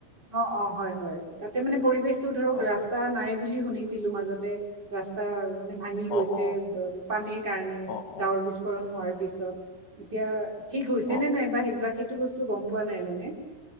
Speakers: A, on the right (about 25°); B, on the left (about 90°).
A: অঁ' অঁ' হয় হয়, তাতে মানে পৰিৱেশটো ধৰক
B: হয়
A: ৰাস্তা
B: হয়
A: নাই বুলি শুনিছিলোঁ মাজতে। ৰাস্তা মানে ভাঙি গৈছে
B: অঁ অঁ
A: পানীৰ কাৰণে
B: অঁ
A: ডাৱৰ
B: অঁ
A: বিস্ফোৰণ হোৱা পিচত। এতিয়া ঠিক হৈছে
B: অঁ
A: নে নাইবা সেইবিলাক সেইটো বস্তু গম পোৱা নাই মানে